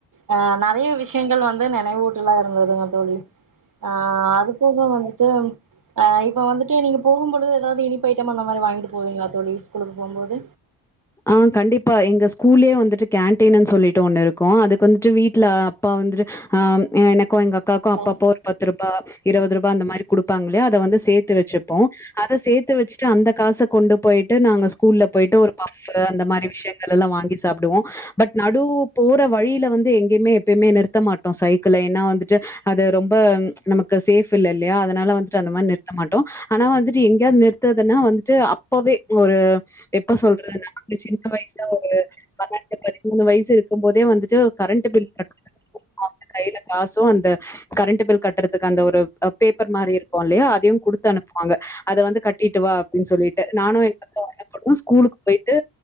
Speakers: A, on the right; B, in the centre.
A: ஹ நறைய விஷயங்கள் வந்து இன்னு நினைவூட்டுலா சந்தோசங்க தோழி ஆ <unintelligible> வந்துட்டுப் ஆ இப்ப வந்துட்டு நீங்க போகும்பொழுது ஏதாவது இனிப் பேக்ரி ஐட்டம் அந்த மாரி வாங்கிட்டு போவிங்கா தோழி ஸ்கூலுக்கு போம்போது
B: ஆ கண்டிப்பா எங்க ஸ்கூல்லயே வந்துட்டு கேன்டீன்னு சொல்லிட்டு ஒண்ணு இருக்கும் அதுக்கு வந்துட்டு வீட்ல அப்பா வந்துட்டு அ எனக்கும் எங்க அ
A: ஹலோ
B: அப்பப்போ ஒரு பத்து ரூபா இருவது ரூபா அந்த மாரி குடுப்பாங்கயில்லியா அத வந்து சேத்து வெச்சிப்போ அத சேத்து வெச்சுட்டு அந்த காச கொண்டு போயிட்டு நாம ஸ்கூல் ஸ்கூல்ல போயிட்டு ஒரு பாக்குற அந்த மாரி விஷியங்களெல்லா வாங்கி சாப்புடுவோ பட் நடு போற வழியில வந்து எங்கயுமே எப்பயுமே நிறுத்த மாட்டோ சைக்கிள்ல ஏன்னா வந்துட்டு அது ரொம்ப நமக்கு சேஃப் இல்ல இல்லியா அதனால வந்துட்டு அந்த மாரி நிறுத்த மாட்டோ ஆனா வந்துட் எங்கயாவது நிறுத்துறதுன்னா வந்துட்டு அப்பவே ஒரு எப்ப சொல்றது நாங்க சின்ன வயசுல ஒரு பதினெட்டு பதிமூணு வயசு இருக்குமோதே வந்துட்டு கரண்ட் பில் கட்ட அந்த கையில காசோ அந்த கரண்ட் பில் கட்டுறதுக்கு அந்த ஒரு பேப்பர் மாரி இருக்கோயில்லையா அதையோ குடுத்து அனுப்புவாங்க அத வந்து கட்டிட்டுவா அப்டின்னு சொல்லிட்டு நானோ எங்க பக்க <unintelligible> ஸ்கூலுக்கு போயிட்டு